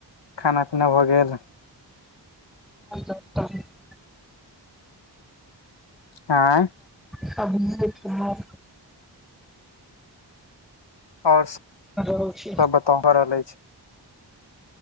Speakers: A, on the left (about 80°); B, in the centre.
A: खाना पीना भऽ गेल
B: <inaudible>
A: आँय
B: कभ <unintelligible>
A: आओर सब
B: खा रहल छी
A: बताउ की भऽ रहल अछि